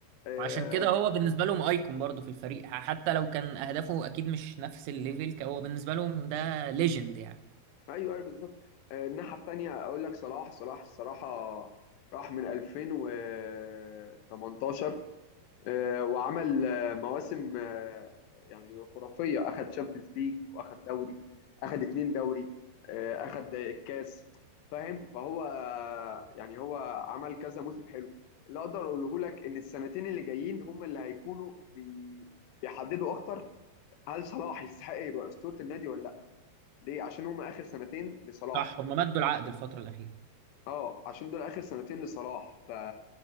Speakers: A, on the left (about 75°); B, on the right (about 85°).
A: آه،
B: وعشان كده هو بالنسبة لهم ايكون برضه في الفريق حتى لو كان اهدافه اكيد مش نفس الليفل هو بالنسبة لهم ده ليجند يعني
A: ايوه ايوه بالظبط آه، الناحيه التانيه اقول لك صلاح صلاح الصراحه راح من 2018 آه، وعمل آه، مواسم آه، يعني خرافيه اخد شامبيونز ليج واخد دوري اخد اتنين دوري آه، اخد الكاس فاهم فهو آه، يعني هو عمل كذا موسم حلو اللي اقدر اقوله لك ان السنتين اللي جايين هم اللي هيكونوا بي- بيحددوا اكتر هل صلاح يستحق يبقى اسطوره النادي ولا لا ليه عشان هم اخر سنتين لصلاح
B: صح هم مدوا العقد الفترة الأخيرة
A: اه عشان دول اخر سنتين لصلاح ف...